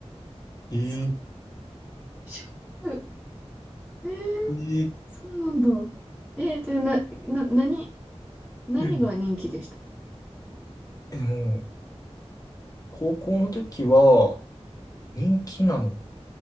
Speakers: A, on the left; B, in the centre.
A: えー
B: そう、ショック。えー、
A: えー
B: そうなんだ。えー、で、な、な、何、何が人気でした
A: うん。でも、高校の時は人気なの